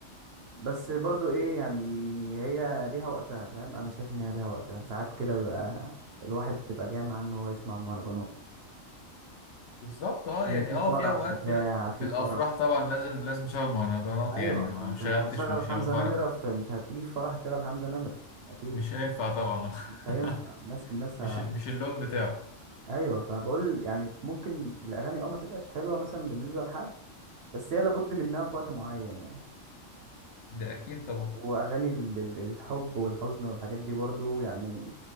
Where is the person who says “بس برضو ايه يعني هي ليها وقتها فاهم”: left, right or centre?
Right